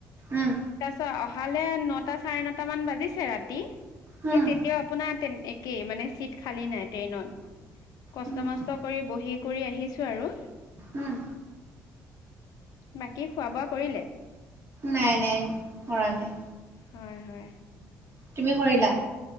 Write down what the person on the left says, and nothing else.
তাছত অহালে নটা চাৰে নটা মান বাজিছে। ৰাতি
সেই তেতিয়াও আপোনাৰ একেই মানে চিট খালি নাই ট্ৰেইনৰ। কষ্ট
মষ্ট কৰি বহি কৰি আহিছো আৰু
বাকী খোৱা বোৱা কৰিলে।
হয় হয়।